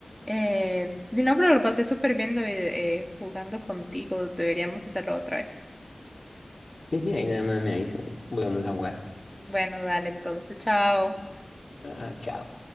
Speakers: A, in the centre; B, on the left.
A: Eh, no, pero lo pasé súper bien, David, eh, jugando contigo. Deberíamos hacerlo otra vez.
B: Sí, sí, ahí nada más me avisas y volvemos a jugar.
A: Bueno, dale, entonces, chao.
B: Ah, chao.